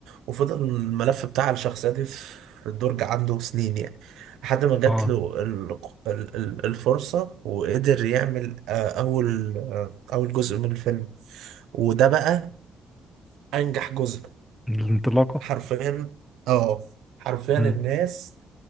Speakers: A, on the right; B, in the centre.
A: وفضل الملف بتاع الشخصية دي في الدرج عنده سنين يعني لحد ما جات
B: اه
A: له ال- ال- ال- الفرصة وقدر يعمل آه، أول آه، أول جزء من الفيلم وده بقى أنجح جزء
B: الانطلاقة
A: حرفيا اه حرفيا
B: أمم،
A: الناس